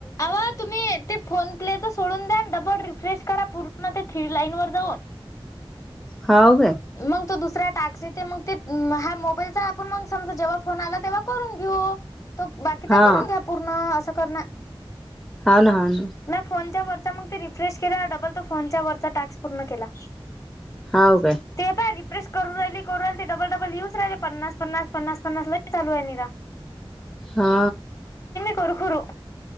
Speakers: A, on the left (about 35°); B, in the centre.
A: अवा तुम्ही ते फोन प्लेच सोडून द्या. रिफ्रेश करा पूर्ण थ्री लाईन वर जाऊन.
B: हाव काय
A: मग तो दुसऱ्या टाक. शे ते ह्या मोबाईलचा आपण मग समजा जेव्हा फोन आला तेव्हा करून घेऊ. तो बाकीचा
B: हा
A: करून घ्या पूर्ण असं करण
B: हो ना ह ना.
A: नाही फोनच्या वरचा मग ते रिफ्रेश केला डबल तर फोनच्या वरचा टास्क पूर्ण केला.
B: हाव काय
A: ते पर रिप्रेश करू राहिली करू राहिल ते डबलडबल येऊच राहिले पन्नास पन्नास पन्नास पन्नास लयी चालू आहे निरा.
B: हा.
A: सुरखूरू.